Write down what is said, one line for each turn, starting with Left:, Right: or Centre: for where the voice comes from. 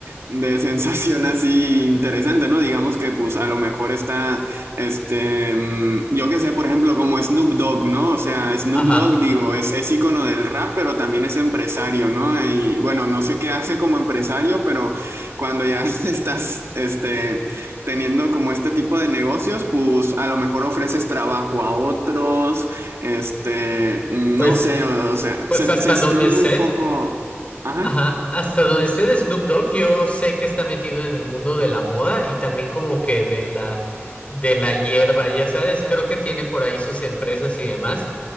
Right: de <laughs> sensación así interesante, ¿no? Digamos que pues a lo mejor está, este, mm, yo que sé, por ejemplo, como Snoop Dogg, ¿no? O sea, Snoop
Left: Ajá.
Right: Dogg, digo, es, es ícono del rap, pero también es empresario, ¿no? Y bueno, no sé qué hace como empresario, pero cuando ya <laughs> estás, este teniendo como este tipo de negocios, pues a lo mejor ofreces trabajo a otros, este, no
Left: Pues,
Right: sé, o, o sea,
Left: pues
Right: se,
Left: hasta
Right: se extiende
Left: donde sé,
Right: un poco. Ajá.
Left: Ajá, hasta donde sé de Snoop Dogg, yo sé que está metido en el mundo de la moda y también como que de la de la hierba, ya sabes, creo que tiene por ahí sus empresas y demás.